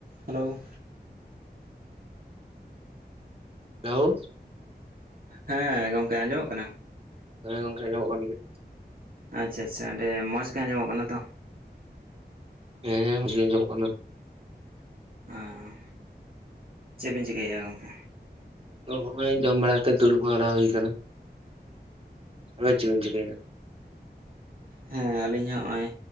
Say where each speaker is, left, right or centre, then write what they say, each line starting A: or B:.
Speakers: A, on the right (about 55°); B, on the right (about 35°).
A: Hello.
B: ᱞᱮᱣ᱾
A: ᱦᱮᱸᱻ, ᱜᱚᱝᱠᱮ ᱟᱸᱡᱚᱢᱚᱜ ᱠᱟᱱᱟ?
B: ᱦᱮᱸ ᱜᱚᱝᱠᱮ, ᱟᱸᱡᱚᱢᱚᱜ ᱠᱟᱱ ᱜᱮᱭᱟ᱾
A: ᱟᱪᱪᱷᱟ-ᱪᱷᱟ, ᱚᱱᱰᱮ ᱢᱚᱡᱽ ᱜᱮ ᱟᱸᱡᱚᱢᱚᱜ ᱠᱟᱱᱟ ᱛᱚ?
B: ᱦᱮᱸ, ᱵᱩᱡᱷᱟᱹᱣ ᱧᱚᱜᱚᱜ ᱠᱟᱱᱟ᱾
A: ᱚᱸ, ᱪᱮᱜ ᱵᱤᱱ ᱪᱤᱠᱟᱹᱭᱮᱜᱼᱟ ᱜᱚᱝᱠᱮ?
B: ᱫᱚ ᱦᱚᱸᱜᱼᱚᱸᱭ ᱡᱚᱢ ᱵᱟᱲᱟ ᱠᱟᱛᱮ ᱫᱩᱲᱩᱵ ᱵᱟᱲᱟ ᱦᱩᱭ ᱠᱟᱱᱟ᱾ ᱟ ᱪᱮᱜᱮᱱ ᱪᱤᱠᱟᱹᱭᱟ?
A: ᱦᱮᱸᱻ, ᱟᱞᱤᱧ ᱦᱚᱸᱜᱼᱚᱸᱭ